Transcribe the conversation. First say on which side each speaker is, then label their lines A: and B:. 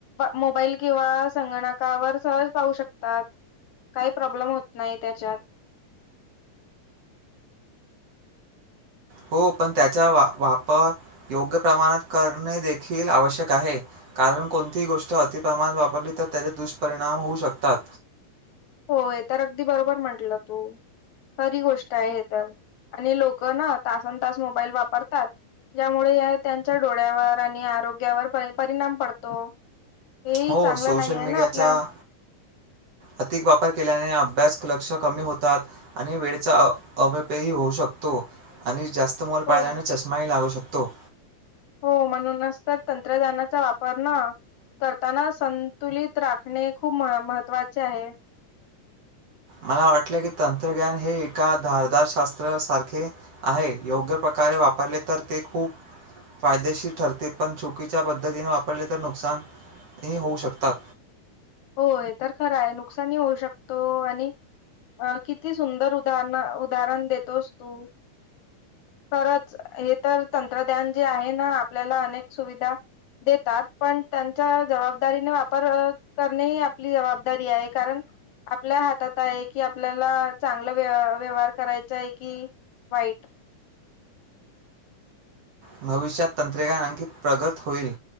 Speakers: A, on the left; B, on the right.
A: मोबाईल किंवा संगणकावर सहज पाहू शकतात. काही प्रॉब्लेम होत नाही त्याच्यात
B: हो पण त्याचा वापर योग्य प्रमाणात करणे देखील आवश्यक आहे, कारण कोणतीही गोष्ट अतिप्रमाणात वापरली तर त्याचे दुष्परिणाम होऊ शकतात.
A: होय हे तर अगदी बरोबर म्हंटलं तू, खरी गोष्ट आहे हे तर, आणि लोक ना तासन-तास मोबाईल वापरतात. ज्यामुळे त्यांच्या डोळ्यावर आणि आरोग्यावर परिणाम पडतो हेही
B: हो,
A: चांगलं
B: सोशल
A: नाही आहे
B: मीडियाचा
A: ना आपल्या
B: अधिक वापर केल्याने, अभ्यासात लक्ष कमी होतात. आणि वेळेचा होऊ शकतो आणि जास्त मोल पाळल्याने
A: हो.
B: चष्माही लागू शकतो. तो.
A: हो म्हणूनच तर तंत्रज्ञानाचा वापर ना करताना. संतुलित राखणे खूप महत्त्वाचे आहे.
B: मला वाटलं की तंत्रज्ञान हे एका धारधारशास्त्र सारखे आहे. योग्य प्रकारे वापरले तर ते खूप फायदेशीर ठरते, पण चुकीच्या पद्धतीने वापरले तर नुकसानही होऊ शकतात.
A: हो हे तर खरं आहे, नुकसानी होऊ शकतो. आणि अ किती सुंदर उदार उदाहरण देतोस तू. खरच हे तर तंत्रज्ञान जे आहे ना, आपल्याला अनेक सुविधा देतात. पण त्यांच्या जबाबदारीने वापर करणे ह आपली जबाबदारी आहे. कारण आपल्या हातात आहे कि आपल्याला चांगलं व्य व्यवहार करायचा आहे कि वाईट.
B: भविष्यात तंत्रज्ञान आणखी प्रगत होईल.